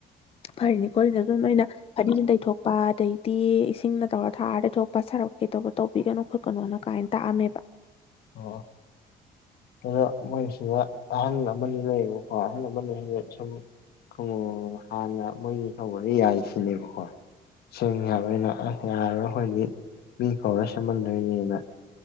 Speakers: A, on the left (about 35°); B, on the left (about 70°).
A: ꯐꯔꯤꯅꯤ ꯈꯣꯠꯂꯤꯅ ꯑꯗꯨ ꯅꯣꯏꯅ ꯐꯗꯤꯅ ꯇꯩꯊꯣꯛꯄ ꯑꯗꯩ ꯇꯤ ꯏꯁꯤꯡꯅ ꯇꯧꯔ ꯊꯥꯔꯗꯤ ꯊꯣꯛꯄ ꯁꯔꯛ ꯀ ꯇꯧꯕ ꯇꯧꯕꯤꯒꯅꯣ ꯈꯣꯠꯀꯅꯣꯅ ꯀꯥꯏꯅ ꯇꯥꯛꯑꯝꯃꯦꯕ
B: ꯑꯣ ꯑꯗꯥ ꯃꯣꯏꯁꯤꯗ ꯑꯍꯜ ꯑꯃꯅꯤ ꯂꯩꯌꯦꯕꯀꯣ ꯑꯍꯜ ꯑꯃꯅꯤ ꯍꯥꯏꯁꯦ ꯁꯨꯝ ꯈꯣꯡꯉ ꯍꯥꯟꯅ ꯃꯣꯏꯒꯤ ꯇꯧꯕꯗ <unintelligible> ꯅꯦꯕꯀꯣ ꯁꯦꯝꯒꯦ ꯍꯥꯢꯕ ꯑꯩꯅ ꯌꯥꯔꯣꯏ ꯑꯩꯈꯣꯢꯗ ꯃꯤ ꯀꯧꯔ ꯁꯦꯝꯍꯟꯗꯣꯏꯅꯦꯅ